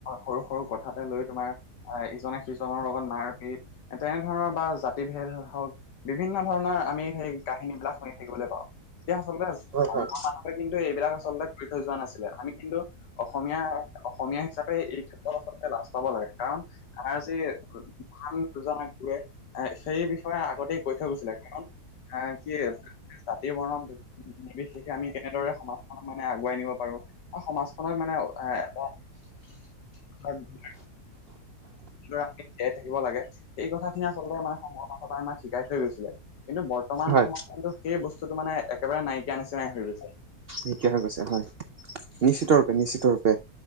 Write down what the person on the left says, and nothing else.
সৰু সৰু কথাতে লৈ তোমাৰ। আহ ইজনে সিজনৰ লগত মাৰ পিত তেনেধৰণৰ বা জাতি ভেদ হওঁক। বিভিন্ন ধৰণৰ আমি সেই কাহিনী বিলাক শুনি থাকিবলৈ পাওঁ এতিয়া আচলতে।
শংকৰ
মাধৱে কিন্তু এইবিলাক আচলতে কৰি থৈ যোৱা নাছিলে আমি কিন্তু। অসমীয়া অসমীয়া হিচাপে এই ক্ষেত্ৰত আচলতে লাজ পাব লাগে কাৰণ আমাৰ যি। ভাল। <unintelligible> সেই বিষয়ে আগতেই কৈ থৈ গৈছিলে কাৰণ এ কি। তাতে বনাম। বিশেষে আমি কেনেদৰে সমাজখনক মানে আগুৱাই নিব পাৰো আৰু সমাজখনক মানে এটা। <unintelligible> ল'ৰা জীয়াই থাকিব লাগে সেই কথা খিনি আচলতে মানে <unintelligible> পৰা আমাক শিকাই থৈ গৈছিলে। কিন্তু বৰ্তমান
সময়ত কিন্তু সেই বস্তুটো মানে একেবাৰে নাইকিয়া নিচিনাই হৈ গৈছে।